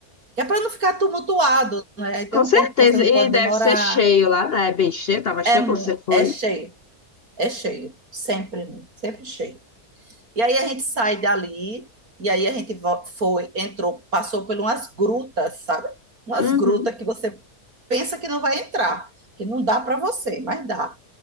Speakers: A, on the right; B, on the left.
A: Que é para não ficar tumultuado, né? Aí tem
B: com
A: um
B: certeza.
A: tempo que você não
B: E
A: pode
B: deve
A: demorar.
B: ser cheio lá, né? É bem cheio, tava
A: É,
B: cheio
A: mu-
B: quando você foi.
A: é cheio, é cheio. Sempre, sempre cheio. E aí a gente sai dali, e aí a gente vo- foi, entrou, passou por umas grutas, sabe? Umas
B: Uhum.
A: grutas que você pensa que não vai entrar, que não dá para você, mas dá.